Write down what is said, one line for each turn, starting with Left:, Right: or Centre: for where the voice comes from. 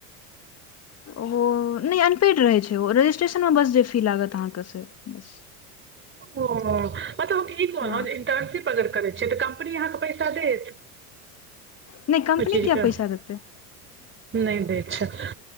Left: ओ नहि अन <unintelligible> पेड रहै छै ओ रजिस्ट्रेशन मे बस जे फी लागत अहाँके से बस
Right: ओ मतब ईग ब
Left: हँ
Right: ने इन्टर्नशिप अगर <unintelligible> करै छियै त कंपनी अहाँके पैसा देत
Left: नहि कम्पनी
Right: ओहि चीजके
Left: क्या पैसा देते
Right: नहि दै छल